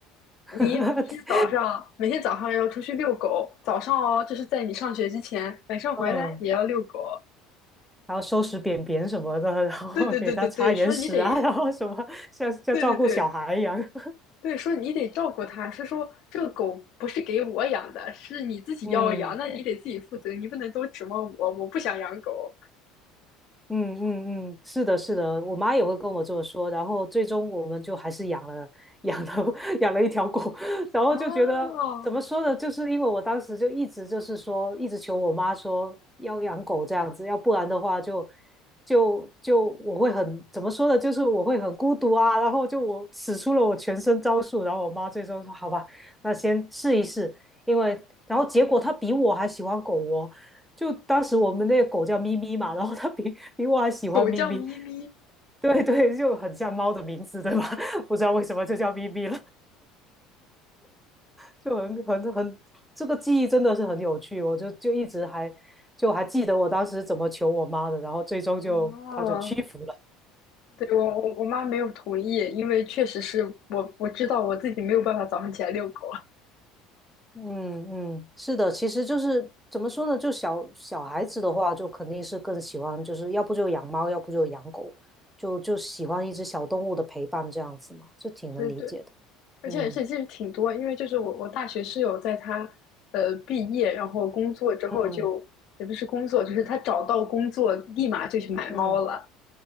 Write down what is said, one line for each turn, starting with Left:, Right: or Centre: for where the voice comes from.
Centre: <laughs>
Left: 你每天早上每天早上要出去遛狗，早上哦，这是在你上学之前，晚上回来也要遛狗。
Centre: 嗯。然后收拾便便什么的，<laughs> 然后给它擦眼屎啊，
Left: 对对对对对，说你得
Centre: <laughs> 然后什么像像照顾小孩一样。
Left: 对对对
Centre: <laughs>
Left: 对，说你得照顾它，是说这个狗不是给我养的，是你自己要养，
Centre: 嗯，
Left: 那你得自己负责，你不能都指望我，我不想养狗。
Centre: 嗯嗯嗯，是的，是的，
Left: 对，
Centre: 我妈也会跟我这么说，然后最终我们就还是养了养了 <laughs> 养了一条狗，<laughs> 然后就觉得怎么说呢，
Left: 哦，
Centre: 就是因为我当时就一直就是说，一直求我妈说要养狗这样子，要不然的话就就就我会很怎么说呢，就是我会很孤独啊，然后就我使出了我全身招数，然后我妈最终说好吧，那先试一试，因为然后结果她比我还喜欢狗哦。就当时我们那个狗叫咪咪嘛，然后它比比我还喜欢咪咪，
Left: 狗叫咪咪，
Centre: 对对，就很像猫的名字，对吧？<laughs> 不知道为什么就叫咪咪了，就很很很，这个记忆真的是很有趣，我就就一直还就还记得我当时怎么求我妈的，然后最终就她就屈服了。
Left: 哦。”对，我我我妈没有同意，因为确实是我我知道我自己没有办法早上起来遛狗，
Centre: 嗯嗯，是的，其实就是怎么说呢，就小小孩子的话，就肯定是更喜欢，就是要不就养猫，要不就养狗，就就喜欢一只小动物的陪伴这样子嘛，就挺能理解的。
Left: <laughs> 对对，而且而且其实挺多，
Centre: 嗯。
Left: 因为就是我我大学室友在她呃毕业然后工作之后就也不是工作，
Centre: 嗯
Left: 就是她找到工作立马就去买猫了，
Centre: 嗯，